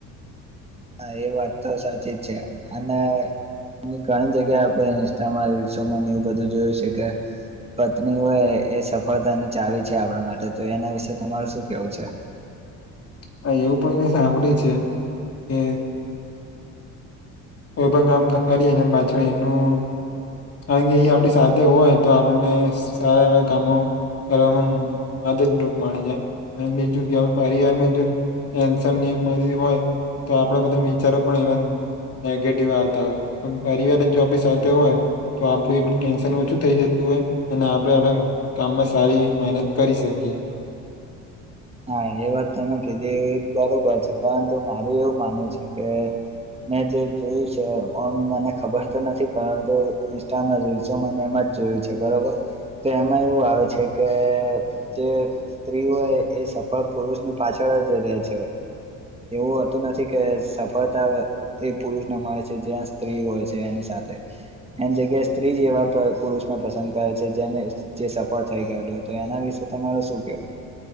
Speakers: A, on the right; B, on the left.
A: હા એ વાત તો સાચી જ છે. અને ઘણી જગ્યાએ આપણે ઇન્સ્ટામાં, રીલસોમાં ને એવું બધું જોયું છે કે પત્ની હોય એ સફળતાની ચાવી છે આપણા માટે તો એના વિશે તમાર શું કેવું છે?
B: હા એવું પણ મેં સાંભળ્યું છે કે કોઈ પણ કામ કરી એને પાછળ એનું કારણ કે એ આપડી સાથે હોય તો આપણને સારા એવા કામો કરવામાં મ મદદરૂપ મળી જાય. અને બીજું કે પરિવારમાં ટેન્શનને એ બધી હોય તો આપણા બધા વિચારો પણ એવા નેગેટિવ આવતા હોય. પણ પરિવાર જ જો આપણી સાથે હોય તો આપડું એટલું ટેન્શન ઓછું થઈ જતું હોય અને આપડે કામમાં સારી એવી મહેનત કરી શકીએ.
A: હા એ વાત તમે કીધી એ બરોબર છે. પરંતુ મારું એવું માનવું છે કે મેં જે જોયું છે ઓમ મને ખબર તો નથી પરંતુ ઈન્સ્ટામાં, રીલ્સોમાં ને એમાં જોયું છે બરોબર. તો એમાં એવું આવે છે કે જે સ્ત્રીઓએ એ સફળ પુરુષની પાછળ જ રહેે છે. એવું હોતું નથી કે સફળતા એ પુરુષ ના મળે છે. જ્યાં સ્ત્રી હોય છે એની સાથે. એની જગ્યાએ સ્ત્રી જેવા પુરુષને પસંદ કરે છે જેને જે સફળ થઈ ગયેલો તો એના વિશે તમારું શું કેવું?